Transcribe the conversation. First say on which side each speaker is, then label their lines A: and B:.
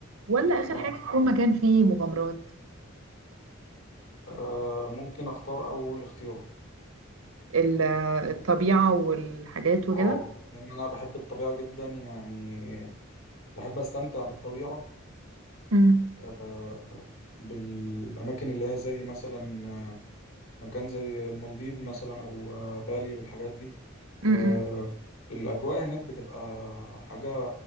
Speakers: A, on the right; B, on the left.
A: ولا آخر
B: اه
A: حاجة يكون مكان فيه مغامرات
B: أه، ممكن اختار أول اختيار
A: ال- الطبيعة والحاجات وكده
B: اه لان انا بحب الطبيعه جدا يعني بحب استمتع بالطبيعه
A: امم
B: آه، آه، بالاماكن اللي هي زي مثلا آه، مكان زي المالديف مثلا او آه، بالي والحاجات دي
A: امم
B: آه، الاجواء هناك بتبقى حاجه